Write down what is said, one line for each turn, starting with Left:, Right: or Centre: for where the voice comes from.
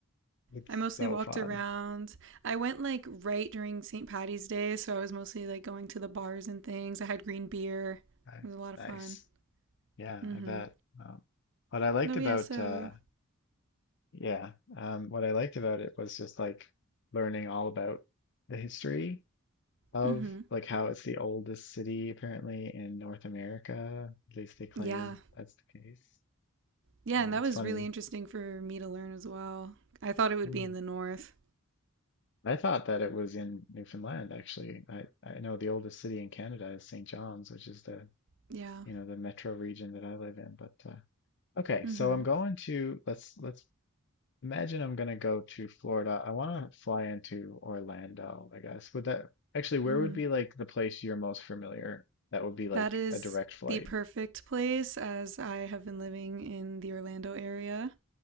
Left: it's
Right: I mostly
Left: so
Right: walked
Left: fun.
Right: around. I went like right during St. Patty's Day, so I was mostly like going to the bars and things. I had green beer.
Left: I,
Right: It was a lot of
Left: nice.
Right: fun.
Left: Yeah,
Right: Mm-hmm.
Left: I bet. Um, what I liked
Right: No,
Left: about
Right: but yeah, so
Left: uh yeah, um what I liked about it was just like learning all about the history of
Right: mm-hmm.
Left: like how it's the oldest city apparently in North America. At least they claim
Right: Yeah.
Left: that's the case.
Right: Yeah,
Left: Yeah,
Right: and that
Left: it's
Right: was
Left: funny.
Right: really interesting for me to learn as well. I thought it would
Left: Hmm.
Right: be in the north.
Left: I thought that it was in Newfoundland actually. I I know the oldest city in Canada is St. John's, which is the
Right: Yeah.
Left: you know, the metro region that I live in. But uh, okay,
Right: Mm-hmm.
Left: so I'm going to let's let's imagine I'm going to go to Florida. I want to fly into Orlando, I guess. Would that actually, where
Right: Mm-hmm.
Left: would be like the place you're most familiar? That would be like
Right: That is
Left: a direct flight.
Right: the perfect place as I have been living in the Orlando area.